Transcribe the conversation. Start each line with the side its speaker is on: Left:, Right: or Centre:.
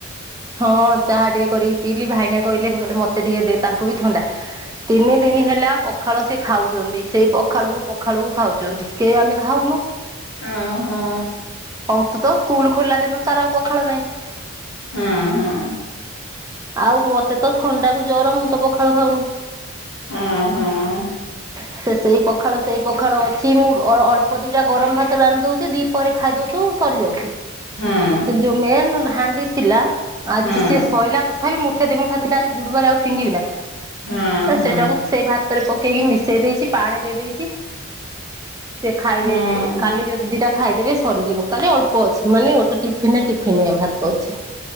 Right: ହଁ ଚାହା ଟିକେ କରିକି ପିଇଲିି ଭାଇନା କହିଲେ କହିଲେ ମତେ ଟିକେ ଦେ ତାଙ୍କୁ ବି ଥଣ୍ଡା। ତିନି ଦିନ ହେଲା ପଖାଳ ସେ ଖାଉଛନ୍ତି ସେଇ ପଖାଳୁକୁ ପଖାଳୁକୁ ଖାଉଛନ୍ତି କେହି ଆମେ ଖାଉନୁ।
Left: ହ ହଁ।
Right: ଅଂଶୁ ତ ସ୍କୁଲ ଖୋଲା ଦିନରୁ ତାର ଆଉ ପଖାଳ ନାହିଁ।
Left: ହଁ ହଁ।
Right: ଆଉ ମତେ ତ ଥଣ୍ଡା କୁ ଜର ମୁଁ ତ ପଖାଳୁ ଖାଉନି।
Left: ଆଁ -ହଁ।
Right: ସେ-ସେ ସେଇ ପଖାଳ ସେଇ ପଖାଳ ଅଛି ମୁଁ ଅ-ଅଳ୍ପ ଦିଟା ଗରମ୍ ଭାତ ରାନ୍ଧ ଦଉଚି ଦି ପରେ ଖାଇ ଦଉଚୁ ସରିଯାଉଚି।
Left: ହଁ ହଁ
Right: କିନ୍ତୁ ଯଉ ମେନ୍ ହାଣ୍ଡି ଥିଲା ଆଜି
Left: ହଁ
Right: ସେ ସଇଲା ତଥାପି ମୁଠା ଦିମୁଠା ଥିଲା ଗୁରୁବାରେ ଆଉ ଫିଙ୍ଗିବି ନା
Left: ହଁ
Right: ତ
Left: ହଁ
Right: ସେଟାକୁ ସେଇ ଭାତରେ ପ ପକେଇକି ମିଶେଇ ଦେଇଚି ପାଣି ଦେଇ ଦେଇଚି ସେ ଖାଇବେ
Left: ହଁ
Right: କାଲି ଯଦି ଦିଇଟା ଖାଇଦେବେ ସରିଯିବ କାଲି ଅଳ୍ପ ଅଛି ମାନେ ଗୋଟେ ଟିଫିନ୍ ରେ ଟିଫିନିଏ ଭାତ ଅଛି।